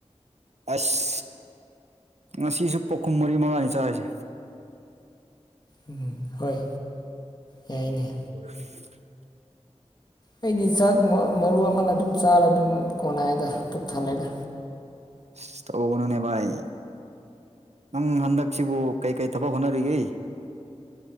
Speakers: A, on the right; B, on the left.
A: ꯑꯁ ꯉꯁꯤꯁꯨ ꯄꯣꯈꯝ ꯃꯔꯤ ꯃꯉꯥꯅꯤ ꯆꯥꯔꯤꯁꯦ꯫
B: ꯎꯝ ꯍꯣꯏ ꯌꯥꯏꯅꯦ꯫
A: <unintelligible>
B: ꯑꯩꯗꯤ ꯆꯥꯛ ꯃꯔꯨ ꯑꯃꯅ ꯑꯗꯨꯝ ꯆꯥꯔ ꯑꯗꯨꯝ ꯀꯣꯟꯅꯩꯗ ꯄꯨꯛ ꯊꯜꯂꯦꯗ꯫
A: ꯑꯁ ꯇꯧꯒꯅꯨꯅꯦ ꯚꯥꯏ ꯅꯪ ꯍꯟꯗꯛꯁꯤꯕꯨ ꯀꯩ ꯀꯩ ꯊꯕꯛ ꯍꯣꯠꯅꯔꯤꯒꯦ꯫